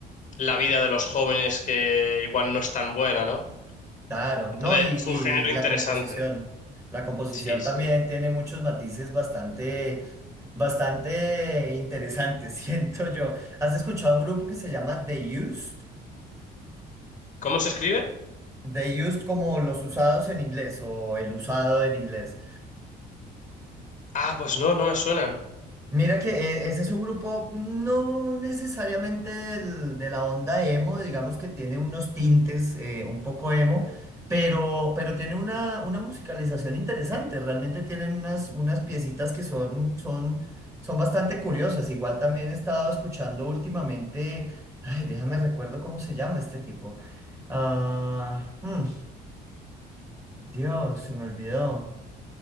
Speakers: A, on the left (about 50°); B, on the right (about 15°).
A: la vida de los jóvenes, que igual no es tan buena, ¿no?
B: Claro,
A: Entonces,
B: no, y, y
A: es un género
B: la
A: interesante.
B: composición. La composición
A: Sí, sí.
B: también tiene muchos matices bastante, bastante interesantes, <laughs> siento yo. ¿Has escuchado un grupo que se llama The Used?
A: ¿Cómo se escribe?
B: The Used como los usados en inglés o el usado en inglés.
A: Ah, pues no, no me suenan.
B: Mira que eh, ese es un grupo mm, no necesariamente del- de la onda emo, digamos que tiene unos tintes eh, un poco emo, pero, pero tiene una, una musicalización interesante, realmente tienen unas, unas piecitas que son, son, son bastante curiosas. Igual también he estado escuchando últimamente, ay, déjame recuerdo cómo se llama este tipo. Ah, hmm, Dios, se me olvidó.